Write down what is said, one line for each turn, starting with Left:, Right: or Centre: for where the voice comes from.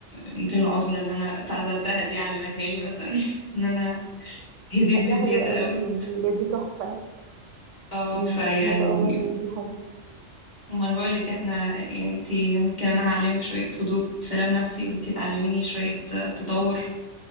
Left: ممكن العزله اللي انا اتعزلتها دي علمتها لي مثلا <laughs> ان انا هديت
Right: حاجة
Left: بزياده
Right: حلوة
Left: قوي
Right: قوي دي، يعني بجد تحفة
Left: اه
Right: امم
Left: فيعني
Right: ما شاء الله يعني دي حاجة
Left: وما انا بقول لك احنا يعني انتي ممكن انا هعلمك شوية هدوء وسلام نفسي وانتي تعلميني شوية تطور